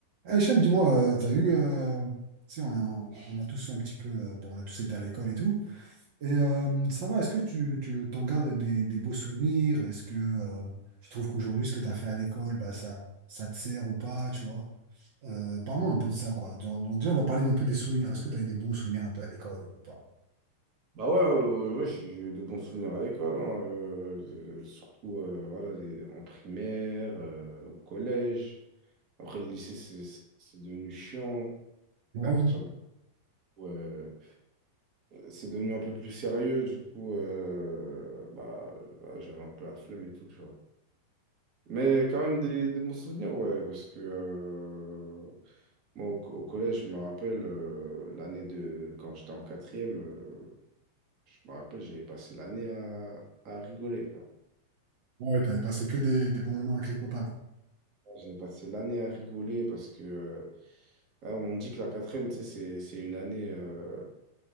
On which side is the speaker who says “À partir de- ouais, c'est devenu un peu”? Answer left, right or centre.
Right